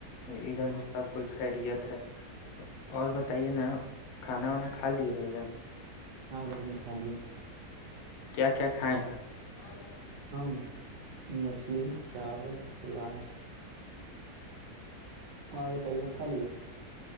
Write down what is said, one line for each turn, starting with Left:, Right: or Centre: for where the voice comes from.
Left: ادھر بھی سب کوئی خیریت ہے اور بتائیے نا کھانا وانا کھا لیے بھائی جان
Right: ہاں بجن خالی ہے
Left: کیا کیا کھائے ہیں آ نند
Right: ہاں مچھلی چاول سلاد اور بتائیے آپ خا لییے